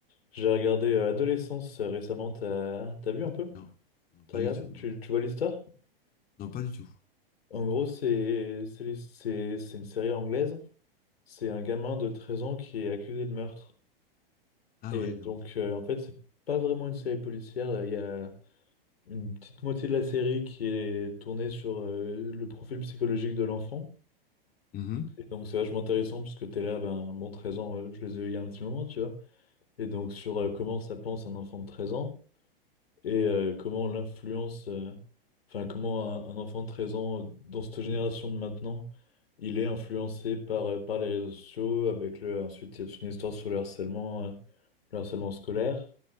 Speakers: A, on the left; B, on the left.
A: J'ai regardé euh, Adolescence euh, récemment, t'as t'as vu un peu?
B: Non, non,
A: T'as
B: pas
A: regardé?
B: du tout,
A: Tu,
B: non.
A: tu vois l'histoire?
B: Non, pas du tout.
A: En gros, c'est c'est les- c'est- c'est une série anglaise. C'est un gamin de 13 ans qui est accusé de meurtre.
B: Ah
A: Et
B: ouais, non.
A: donc, euh, en fait, c'est pas vraiment une série policière. Il y a une petite moitié de la série qui est tournée sur euh, le profil psychologique de l'enfant.
B: Mhm.
A: Et donc, c'est vachement intéressant parce que t'es là, ben, bon, 13 ans, euh, je les ai eu il y a un petit moment, tu vois. et donc sur euh, comment ça pense un enfant de 13 ans et euh, comment l'influence, euh, enfin comment un, un enfant de 13 ans euh, dans cette génération de maintenant, il est influencé par, euh, par les réseaux sociaux, avec le, ensuite il y a toute une histoire sur le harcèlement, euh, le harcèlement scolaire,